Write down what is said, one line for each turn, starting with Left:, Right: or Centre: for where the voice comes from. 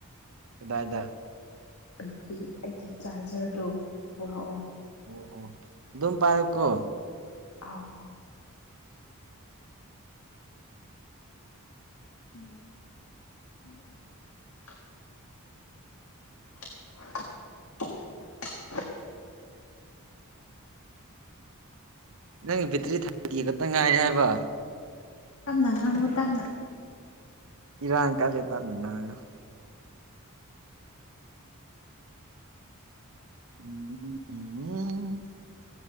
Right: ꯀꯥꯏꯗꯥꯏꯗꯥ
Left: ꯕꯦꯠꯇ꯭ꯔꯤ ꯑꯩꯒꯤ ꯆꯥꯔꯖꯔꯗꯣ ꯄꯨꯔꯛꯑꯣ
Right: ꯑꯣ ꯑꯣ ꯑꯗꯨꯝ ꯄꯥꯏꯎꯀꯣ
Left: ꯑ ꯑꯥꯎ ꯑꯥꯎ <unintelligible> <unintelligible>
Right: ꯅꯪꯒꯤ ꯕꯦꯇ꯭ꯔꯤ ꯊꯥꯒ ꯈꯛꯇ ꯉꯥꯏꯔꯦ ꯍꯥꯏꯕ
Left: ꯇꯞꯅ ꯉꯥꯡꯉꯨ ꯇꯞꯅ
Right: ꯏꯔꯥꯡ ꯀꯂꯦ ꯇꯞꯅꯉꯥꯡꯉ ꯎꯝ